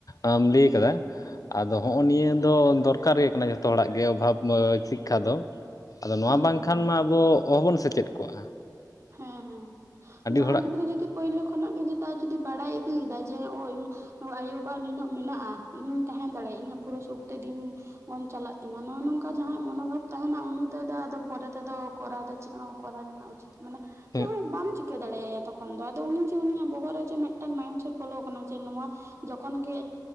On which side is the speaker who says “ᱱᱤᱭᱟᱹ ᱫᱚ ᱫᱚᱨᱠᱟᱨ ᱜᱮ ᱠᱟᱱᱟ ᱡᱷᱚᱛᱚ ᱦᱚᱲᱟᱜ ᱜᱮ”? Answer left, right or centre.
Left